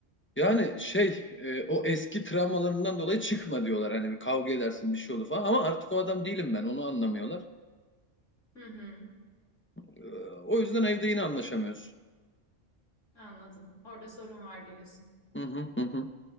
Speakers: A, on the left; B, on the left.
A: yani şey e, o eski travmalarından dolayı çıkma diyorlar. Hani bir kavga edersin bir şey olur falan. Ama artık o adam değilim ben onu anlamıyorlar.
B: Hı hı.
A: E, o yüzden evde yine anlaşamıyoruz.
B: Anladım. Orada sorun var diyorsun.
A: Hı hı hı. hı.